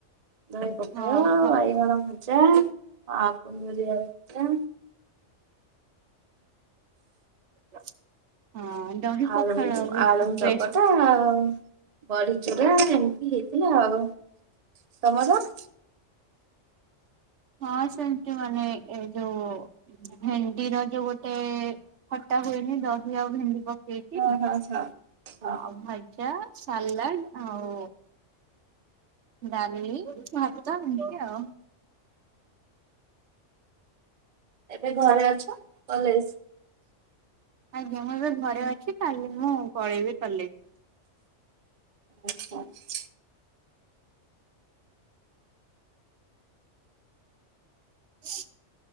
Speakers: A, on the right; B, on the right.
A: ଦହି ପଖାଳ,
B: ହଁ ଖ
A: ବାଇଗଣ ଭ ଯା କୁନ୍ଦ୍ରିରୀ ଆଳୁ ଭଜା।
B: ହଁ। ଦହି ପଖାଳ
A: ଆଳୁ
B: ବହୁତ
A: ଆଳୁ ଚକଟା
B: ବେଷ୍ଟ।
A: ଆଉ ବଢି ଚୁରା ଏମିତି ହେଇଥିଲା ଆଉ ତମର?
B: ହଁ ସେମିତି ମାନେ ଏଯୋଉ ଭେଣ୍ଡିର ଯୋଉ ଗୋଟେ ଖଟା ହୁଏନି ଦହି ଆଉ ଭେଣ୍ଡି କ ଏକି
A: ହଁ ହଁ ହଁ ହଁ
B: ଆଉ ଭଜା ସାଲାଡ଼ ଆଉ ଡାଲି ଭାତ ଏମିତିଆଉ।
A: ଏବେ ଘରେ ଅଛ କଲେଜ
B: ଆଜ୍ଞା ମୁଁ ଏବେ ଘରେ ଅଛି କାଲି ମୁଁ ପଳେଇବି କଲେଜ।
A: ଆଚ୍ଛା <unintelligible>
B: ହୁଁ